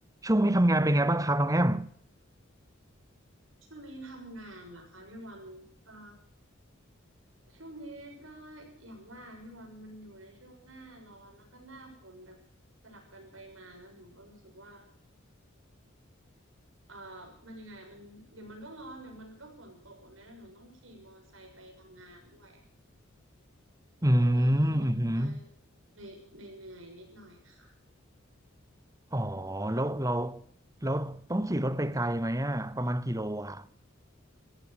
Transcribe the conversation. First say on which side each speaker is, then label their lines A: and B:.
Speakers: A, on the right (about 15°); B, on the right (about 80°).
A: ช่วงนี้ทำงานเป็นไงบ้างครับน้องแอม
B: ช่วงนี้ทำงานเหรอคะพี่บอลเอ่อช่วงนี้ก็อย่างว่าพี่บอลมันอยู่ในช่วงหน้าร้อนแล้วก็หน้าฝนแบบสลับกันไปมาแล้วหนูก็รู้สึกว่าเอ่อมันยังไงอะมันเดี๋ยวมันก็ร้อนเดี๋ยวมันก็ฝนตกแบบนี้แล้วหนูต้องขี่มอเตอร์ไซค์ไปทำงานด้วยอะ
A: อืม
B: ก็เลยรู้สึกว่าเออ
A: อืมอม
B: เหนื่อยเหนื่อยๆนิดหน่อยค่ะ
A: อ๋อแล้วเราแล้วต้องขี่รถไปไกลไหมอ่ะประมาณกี่โลอ่ะ